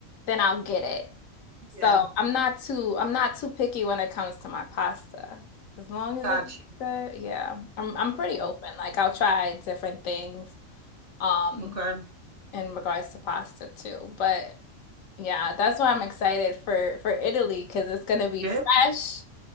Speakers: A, on the left (about 75°); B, on the right (about 50°).
A: then I'll get it. So
B: Yeah,
A: I'm not too, I'm not too picky when it comes to my pasta. As long as
B: got
A: it looks
B: you.
A: good, yeah. I'm, I'm pretty open. Like I'll try different things. Um,
B: Mhm. Okay.
A: in regards to pasta too. But yeah, that's why I'm excited for for Italy because it's gonna be
B: Yeah.
A: fresh